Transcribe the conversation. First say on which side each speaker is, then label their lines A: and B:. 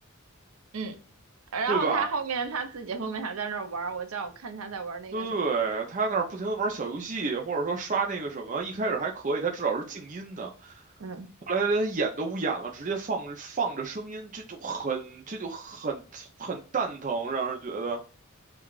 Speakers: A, on the right (about 80°); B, on the right (about 40°).
A: 嗯，然后他后面他自己后面还在那儿玩儿，
B: 对吧？
A: 我叫我看他在玩儿那个什么，
B: 对，他那儿不停的玩小游戏，或者说刷那个什么，一开始还可以，他至少是静音的，
A: 嗯。
B: 后来他连演都不演了，直接放放着声音，这就很这就很很蛋疼，让人觉得，